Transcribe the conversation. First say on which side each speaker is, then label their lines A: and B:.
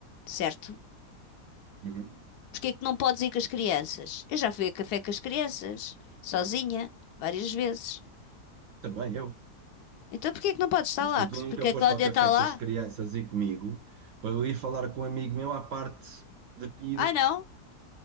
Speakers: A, on the left; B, on the right.
A: certo?
B: Uhum.
A: Porque é que não podes ir com as crianças? Eu já fui a café com as crianças, sozinha, várias vezes.
B: Também eu.
A: Então porquê é que não podes estar
B: Mas
A: lá?
B: tu, tu nunca
A: Porque
B: foste
A: a Cláudia
B: ao café
A: está lá?
B: com as crianças e comigo para eu ir falar com um amigo meu à parte de ti e
A: Ah,
B: das
A: não?